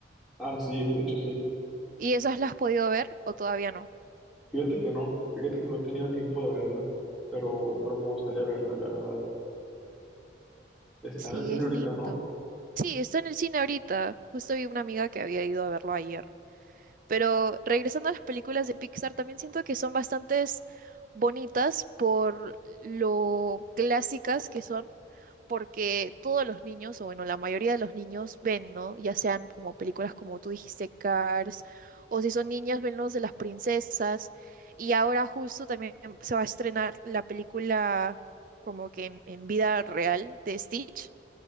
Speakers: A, in the centre; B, on the right (about 50°).
A: Ah, sí, de hecho sí.
B: ¿Y esas las has podido ver o todavía no?
A: Fíjate que no, fíjate que no he tenido tiempo de verla, pero, pero me gustaría verla, la verdad. Está
B: Sí,
A: en el cine
B: es
A: ahorita,
B: lindo.
A: ¿no?
B: Sí, está en el cine ahorita. Justo vi una amiga que había ido a verlo ayer. Pero regresando a las películas de Pixar, también siento que son bastantes bonitas por lo clásicas que son. porque todos los niños, o bueno, la mayoría de los niños ven, ¿no? Ya sean como películas como tú dijiste, Cars, o si son niñas, ven los de las princesas. Y ahora justo también se va a estrenar la película como que en, en vida real de Stitch.